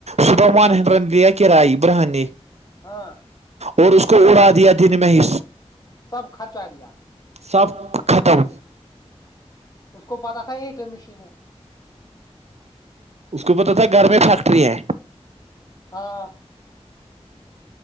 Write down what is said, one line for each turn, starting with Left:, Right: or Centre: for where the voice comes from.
Right: صبح ون ہنڈریڈ لیا کرائی برہن نے
Left: ہاں
Right: اور اس کو اڑا دیا دن میں ہی
Left: سب خرچا دیا
Right: سب ختم
Left: اس کو پتا تھا یہ تو مشین
Right: اس کو پتا تھا گھر میں فیکٹری ہے
Left: ہاں